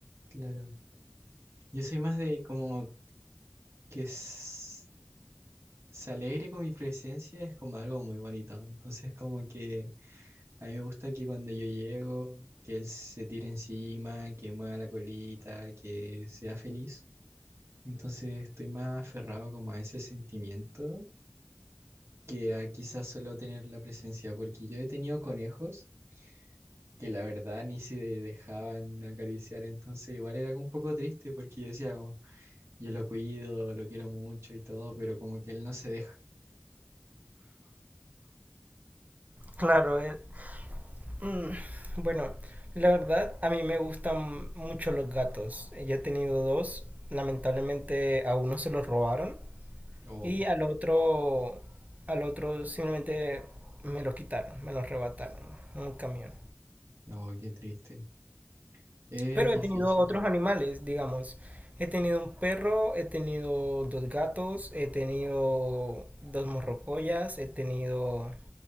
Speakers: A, on the right; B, on the right.
A: claro, yo soy más de como que s- se alegre con mi presencia, es como algo muy bonito. Entonces, como que... A mí me gusta que cuando yo llego, que él se tire encima, que mueva la colita, que sea feliz. Entonces estoy más aferrado como a ese sentimiento que a quizás solo tener la presencia, porque yo he tenido conejos que la verdad ni se dejaban acariciar, entonces igual era como un poco triste porque yo decía como, yo lo cuido, lo quiero mucho y todo, pero como que él no se deja.
B: Claro, eh, Mm, Bueno, la verdad a mí me gustan mucho los gatos. Yo he tenido dos, lamentablemente a uno se los robaron
A: Oh,
B: Y al otro, al otro simplemente me los quitaron, me los arrebataron en un camión.
A: no, qué triste. Es
B: Pero
A: difícil.
B: he tenido otros animales, digamos. He tenido un perro, he tenido dos gatos, he tenido dos morrocoyas, he tenido